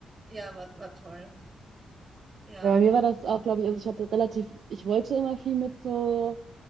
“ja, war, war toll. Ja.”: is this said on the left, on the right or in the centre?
Right